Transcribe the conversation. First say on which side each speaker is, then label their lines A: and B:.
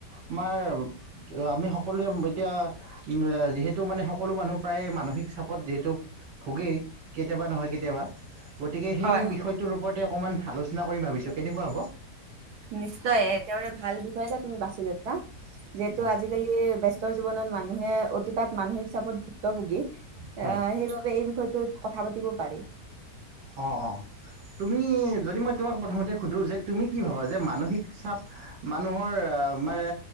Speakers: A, on the right; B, on the right.
A: আমাৰ আমি সকলোৱে এতিয়া উম, যিহেতু মানে সকলো মানুহ প্ৰায়ে মা মানসিক চাপত যিহেটো ভুগেই কেতিয়াবা নহয় কেতিয়াবা গতিকে সেই
B: হয়
A: বিষয়ত বিষয়তোৰ ওপৰতে অকমান আলোচনা কৰিম ভাবিছোঁ। কেনেকুৱা হ'ব?
B: নিশ্চয় একেবাৰে ভাল বিষয় এটা তুমি বাচি লৈছা। যিহেতু
A: হয়
B: আজিকালি ব্যস্ত জীৱনত মানুহে অতিপাত মানসিক চাপত ভুক্ত ভোগী, অহ
A: হয়
B: সেইবাবে গতিকে এই বিষয়টোত কথা পাতিব পাৰি।
A: অহ', অহ'। তুমি যদি মই তোমাক প্ৰথমতে সুধোঁ যে তুমি কি ভাবা, যে মানসিক চাপ মানুহৰ আহ মানে